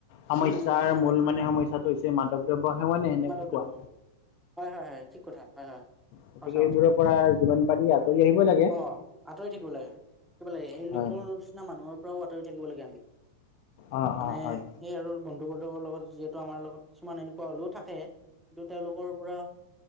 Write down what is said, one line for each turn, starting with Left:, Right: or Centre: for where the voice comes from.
Left: সমস্যাৰ
Centre: উম উম হয়
Left: মূল
Centre: হয় হয়
Left: মানে সমস্যয়াটো হৈছে মাদৱ দ্ৰব্য সেৱা নে নে
Centre: মাদক
Left: কি
Centre: দ্ৰব্য
Left: কোৱা?
Centre: হয় হয় হয় ঠিক কথা হয় হয়
Left: গতিকে
Centre: সঁচা
Left: এইবোৰৰ
Centre: কথা
Left: পৰা যিমান পাৰি আঁতৰি আহিব লাগে।
Centre: অ আঁতৰি থাকিব লাগে কি ব ললে এই
Left: হয়
Centre: লোকৰ নিচিনা মানুহৰ পৰাও আঁতৰি থাকিব লাগে আমি।
Left: অ
Centre: মানে
Left: অ হয়
Centre: সেই আৰু বন্ধু বান্ধৱৰ লগত যিহেতু আমাৰ লগত কিছুমান এনেকুৱা হলেও থাকে। থে কিন্তু তেওঁলোকৰ পৰা